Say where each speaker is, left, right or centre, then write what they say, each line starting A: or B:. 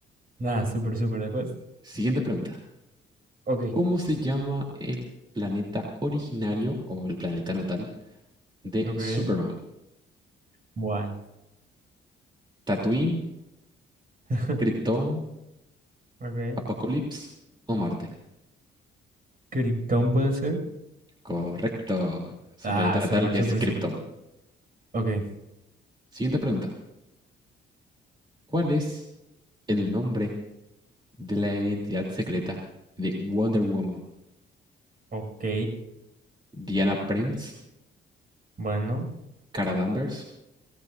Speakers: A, on the right; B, on the right.
A: Nada, súper, súper después.
B: Siguiente pregunta.
A: Ok,
B: ¿Cómo se llama el planeta originario o el planeta natal de
A: Ok.
B: Superman?
A: bueno.
B: ¿Tatooine,
A: <laughs>
B: Krypton,
A: Ok.
B: Apocalipsis o Marte?
A: Krypton puede ser.
B: Correcto. Su
A: Ah,
B: planeta natal
A: súper,
B: es
A: súper,
B: Krypton.
A: súper. Ok,
B: Siguiente pregunta. ¿Cuál es el nombre de la identidad secreta de Wonder Woman?
A: Ok.
B: ¿Diana Prince,
A: Bueno,
B: Cara Danvers,